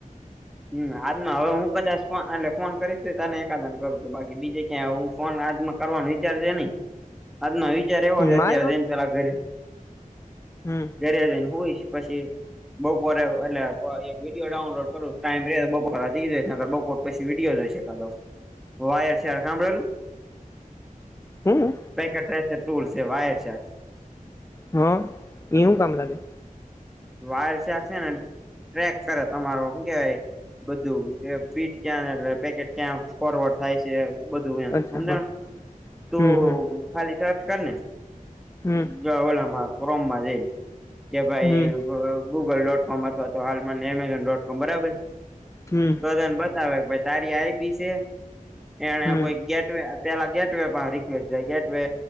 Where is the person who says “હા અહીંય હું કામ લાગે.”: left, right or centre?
Left